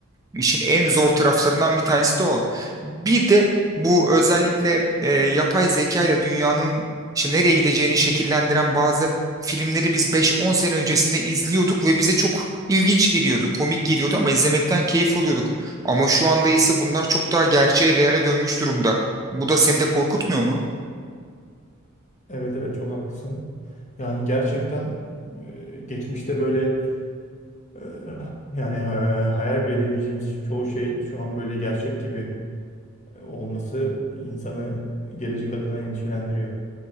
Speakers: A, on the right; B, on the left.
A: İşin en zor taraflarından bir tanesi de o. Bir de bu özellikle e, yapay zeka ile dünyanın işte nereye gideceğini şekillendiren bazı filmleri biz beş on sene öncesinde izliyorduk ve bize çok ilginç geliyordu, komik geliyordu ama izlemekten keyif alıyorduk. Ama şu anda ise bunlar çok daha gerçeğe, reale dönmüş durumda. Bu da seni de korkutmuyor mu?
B: Evet evet çok haklısın. Yani gerçekten e, geçmişte böyle e, yani e, hayal bile edemeyeceğimiz çoğu şey şu an böyle gerçek gibi olması insanı gelecek adına endişelendiriyor.